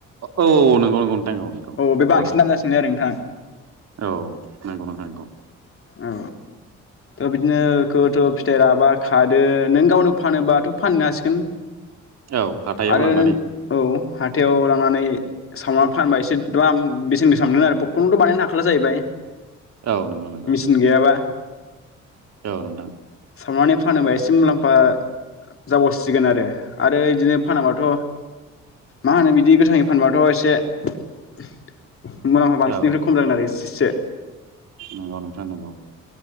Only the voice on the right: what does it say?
ओ औ नंगौ नंगौ नोंथां औ नंगौ फुबकना
औ नोंगौ नोंगौ
औ हाथायाव
लांनानै
औ नंगौ नंगौ
औ नोंथां
औ
नंगौ नोंथां नंगौ